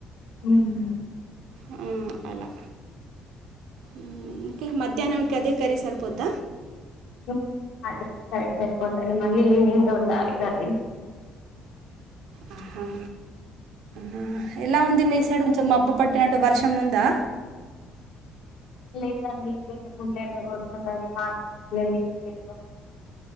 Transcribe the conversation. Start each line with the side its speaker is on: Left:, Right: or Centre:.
Left: ఊ మ్
Right: అ అలా ఊమ్ ఇంక మధ్యాహ్నంకి అదే కరి సరిపోద్ద
Left: ఉ అదే సైడ్ సరిపోద్దండి మళ్ళీ ఈవినింగ్ వొండాలి కర్రీ
Right: అహ్హ్హ్ హ ఎలా ఉంది మీ సైడ్ కొంచెం మబ్బు పట్టినట్టు వర్షం ఉందా
Left: లేదండి గెందో పుల్ ఎండ కొడుతున్నాది <unintelligible>